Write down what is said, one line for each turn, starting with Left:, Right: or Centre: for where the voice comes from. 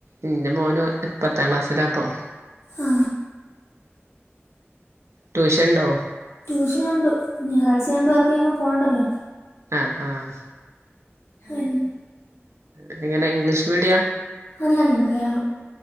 Right: ഇന്റെ മോൻ പത്താം ക്ലാസ്സിലാപ്പം
Left: ആ
Right: ട്യൂഷൻ ഉണ്ടോ
Left: ട്യൂഷൻ ഉണ്ട് ഞായറാഴ്ചണ്ട് വേർക്ക ഇങ്ങ് പോവണ്ടല്ലോ
Right: ആഹ ആഹ
Left: അ ഉം
Right: എങ്ങനെ ഇംഗ്ലീഷ് മീഡിയ
Left: അല്ലല്ല മലയാളം